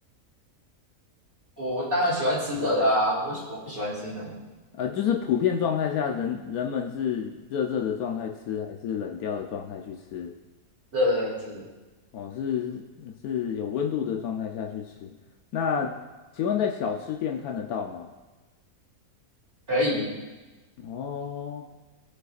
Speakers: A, on the right (about 35°); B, on the left (about 80°).
A: 我当然喜欢吃热的啊，我喜我不喜欢吃冷的，
B: 呃，就是普遍状态下，人人们是热热的状态吃，还是冷掉的状态去吃？
A: 热的吃
B: 哦，是是有温度的状态下去吃。那请问在小吃店看得到吗？
A: 可以，
B: 哦，